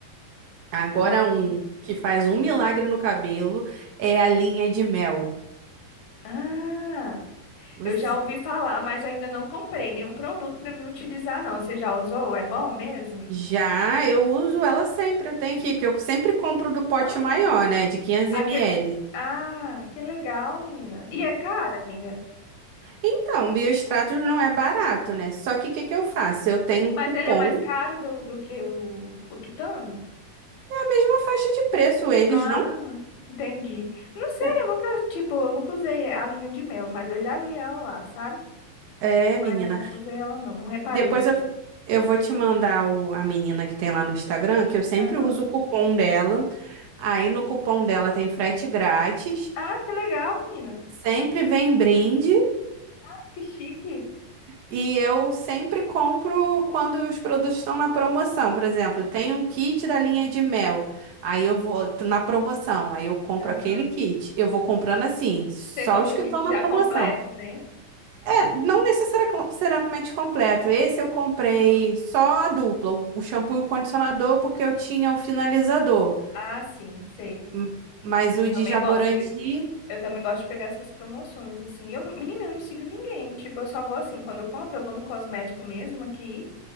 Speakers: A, on the right (about 85°); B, on the left (about 80°).
A: Agora
B: Nossa.
A: um que faz um milagre no cabelo é a linha de mel.
B: Ah!
A: Você-
B: Eu já ouvi falar, mas eu ainda não comprei nenhum produto para me utilizar, não. Você já usou? É bom mesmo?
A: Já eu uso ela sempre, eu tenho aqui, porque eu sempre compro do pote
B: Nossa,
A: maior, né, de 500
B: Aquele.
A: ml.
B: de- Ah, que legal, menina. E é caro, amiga.
A: Então, Biostratos não é barato, né? Só que o que que eu faço? Eu tenho um
B: Mas
A: cupom,
B: ele é mais caro do, do que o, o tutano?
A: é a mesma faixa de preço, eles
B: ah,
A: não.
B: Entendi. Não sei,
A: É,
B: eu nunca, tipo, eu nunca usei a linha de mel, mas eu já vi ela lá, sabe?
A: É, menina.
B: Mas eu nunca usei ela, não. Não reparei.
A: Depois
B: no preço.
A: eu, eu vou te mandar o, a menina que tem lá no Instagram, que eu sempre
B: aham,
A: uso o cupom dela. Aí no cupom dela tem frete grátis,
B: Ah, que legal, menina.
A: sempre vem brinde
B: Ah, Que chique.
A: E eu sempre compro quando os produtos estão na promoção. Por exemplo, tem um kit da linha de mel. Aí eu vou t- na promoção. Aí eu compro
B: aham,
A: aquele kit. Eu vou comprando assim, só
B: Você compra
A: os que
B: o kit
A: estão na
B: já
A: promoção.
B: completo, né?
A: É, não necessariamente completo. Esse eu comprei
B: Aham.
A: só a dupla, o o shampoo e o condicionador, porque eu tinha o finalizador.
B: Ah, sim, sei.
A: Hum, Mas
B: Eu
A: o
B: também
A: de Jaborandi
B: gosto de, eu também gosto de pegar essas promoções, assim. Eu, não- menina, eu não sigo ninguém. Tipo, eu só vou assim, quando eu compro, eu vou no cosmético mesmo aqui.